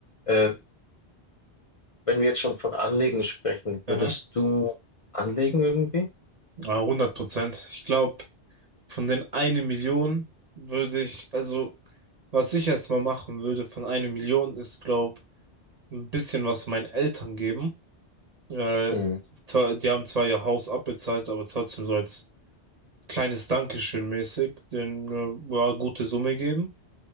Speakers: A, on the left; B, on the right.
A: Äh, Wenn wir jetzt schon von Anlegen sprechen, würdest
B: Aha.
A: du anlegen irgendwie?
B: Ah, 100 Prozent. Ich glaube, von den eine Million würde ich, also, was ich erstmal machen würde von einer Million ist, glaube, ein bisschen was meinen Eltern geben. Äh,
A: Hm,
B: zwar- die haben zwar ihr Haus abbezahlt, aber trotzdem so als kleines Dankeschön mäßig, denen äh, ja, gute Summe geben.